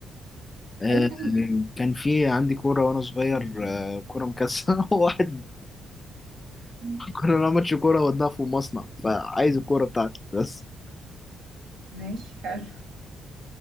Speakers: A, on the left (about 20°); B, on the right (about 85°).
A: آه،
B: أي حاجة
A: كان في عندي كوره وانا صغير آه، كوره مكسره <laughs> واحد
B: مم.
A: كنا بنلعب ماتش كوره وداها في المصنع فعايز الكوره بتاعتي بس
B: ماشي حلو